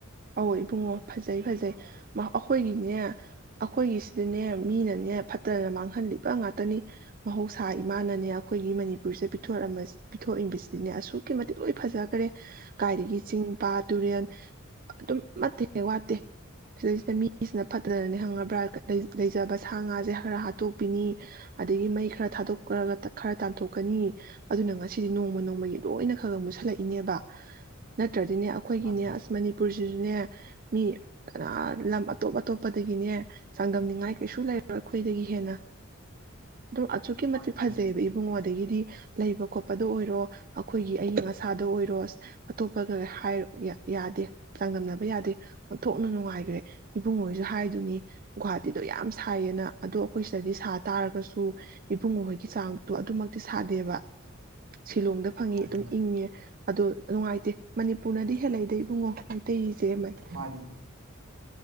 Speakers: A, on the right; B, on the right.
A: ꯑꯧ ꯏꯕꯨꯡꯉꯣ ꯐꯖꯩ ꯐꯖꯩ ꯑꯩꯈꯣꯏꯒꯤꯅꯦ ꯑꯩꯈꯣꯏꯒꯤꯁꯤꯗꯅꯦ ꯃꯤꯅꯅꯦ ꯐꯠꯇꯅ ꯃꯥꯡꯍꯜꯂꯤꯕ ꯉꯥꯛꯇꯅꯤ ꯃꯍꯧꯁꯥ ꯏꯃꯥꯅꯅꯦ ꯑꯩꯈꯣꯏꯒꯤ ꯃꯅꯤꯄꯨꯔꯁꯦ ꯄꯤꯊ ꯄꯤꯊꯣꯛꯏꯕꯁꯤꯗꯤꯅꯦ ꯑꯁꯨꯛꯀꯤ ꯃꯇꯤꯛ ꯂꯣꯏ ꯐꯖꯈ꯭ꯔꯦ ꯀꯥꯏꯗꯒꯤ ꯆꯤꯡ ꯄꯥꯠ ꯇꯨꯔꯦꯟ ꯑꯗꯨꯝ ꯃꯠꯇꯦ ꯋꯥꯠꯇꯦ ꯁꯤꯗꯩꯁꯤꯗ ꯃꯤꯁꯤꯅ ꯐꯠꯇꯗꯅꯅꯦ ꯈꯪꯉꯕ꯭ꯔꯥ ꯂꯩꯖꯕ ꯁꯥ ꯉꯥꯁꯦ ꯈꯔ ꯍꯥꯠꯇꯣꯛꯄꯤꯅꯤ ꯑꯗꯨꯗꯒꯤ ꯃꯩ ꯈꯔ ꯊꯥꯗꯣꯛ ꯑꯒ ꯈꯔ ꯇꯥꯟꯝꯊꯣꯛꯀꯅꯤ ꯑꯗꯨꯅ ꯉꯁꯤꯗꯤ ꯅꯣꯡꯃ ꯅꯣꯡꯃꯒꯤ ꯂꯣꯏꯅ ꯈꯥ ꯒꯥ ꯃꯨꯁꯜꯂꯛꯏꯅꯦꯕ ꯅꯠꯇ꯭ꯔ ꯅꯦ ꯑꯩꯈꯣꯏꯒꯤꯅꯦ
B: ꯃꯥꯅꯤ ꯃꯥꯅꯤ
A: ꯑꯁ ꯃꯅꯤꯄꯨꯔꯖꯤꯖꯨꯅꯦ ꯃꯤ ꯀꯅꯥ ꯂꯝ ꯑꯇꯣꯞ ꯑꯇꯣꯞꯄꯗꯒꯤꯅꯦ ꯆꯥꯡꯗꯝꯅꯤꯡꯉꯥꯏ ꯀꯩꯁꯨ ꯂꯩꯔꯣꯏ ꯑꯩꯈꯣꯏꯗꯒꯤ ꯍꯦꯟꯅ ꯑꯗꯨꯝ ꯑꯁꯨꯛꯀꯤ ꯃꯇꯤꯛ
B: ꯃꯥꯅꯤ ꯃꯥꯅꯤ
A: ꯐꯖꯩꯑꯕ
B: ꯏꯆꯦ
A: ꯏꯕꯨꯡꯉꯣꯗꯒꯤꯗꯤ ꯂꯩꯕ ꯈꯣꯠꯄꯗ ꯑꯣꯏꯔꯣ ꯑꯩꯈꯣꯏꯒꯤ ꯑꯌꯤꯡ ꯑꯁꯥꯗ ꯑꯣꯏꯔꯣ ꯑꯇꯣꯞꯄ ꯍꯥꯏ ꯌꯥꯗꯦ ꯆꯥꯡꯗꯝꯅꯕ ꯌꯥꯗꯦ ꯑꯣꯟꯊꯣꯛꯅ ꯅꯨꯡꯉꯥꯏꯈ꯭ꯔꯦ ꯏꯕꯨꯡꯉꯣꯏꯁꯨ ꯍꯥꯏꯗꯨꯅꯤ ꯒꯨꯍꯥꯇꯤꯗꯣ ꯌꯥꯝ ꯁꯥꯏꯌꯦꯅ ꯑꯗꯣ ꯑꯩꯈꯣꯏ ꯁꯤꯗꯗꯤ ꯁꯥ ꯇꯥꯔꯒꯁꯨ ꯏꯕꯨꯡꯉꯣꯍꯣꯏꯒꯤ ꯆꯥꯡꯗꯣ ꯑꯗꯨꯃꯛꯇꯤ ꯁꯥꯗꯦꯕ ꯁꯤꯂꯣꯡꯗ ꯐꯪꯉꯤ
B: ꯃꯥꯅꯤ
A: ꯑꯗꯨꯝ
B: ꯃꯥꯅꯤ
A: ꯏꯪꯉꯦ
B: ꯏꯆꯦ
A: ꯑꯗꯣ ꯅꯨꯡꯉꯥꯏꯇꯦ ꯃꯅꯤꯄꯨꯔꯅꯗꯤ ꯍꯦꯜꯂꯛꯏꯗ ꯏꯕꯨꯡꯉꯣ ꯃꯩꯇꯩ ꯖꯦ ꯃꯩ
B: ꯃꯥꯅꯤ